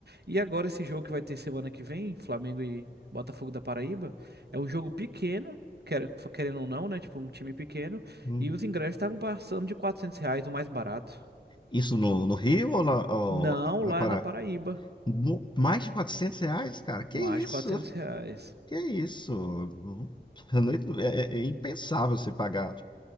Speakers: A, on the right (about 70°); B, on the left (about 25°).
A: E agora esse jogo que vai ter semana que vem, Flamengo e Botafogo da Paraíba, é um jogo pequeno, quer- querendo ou não, né? Tipo, um time pequeno.
B: uhum.
A: E os ingressos estavam passando de 400 reais, o mais barato.
B: Isso no, no Rio ou na, ou
A: Não,
B: na
A: lá
B: Pará?
A: na Paraíba,
B: Mo- Mais de 400 reais, cara? Que
A: mais
B: isso?
A: de 400 reais.
B: Que isso? Uhum. Eu não- É, é- é impensável você pagar.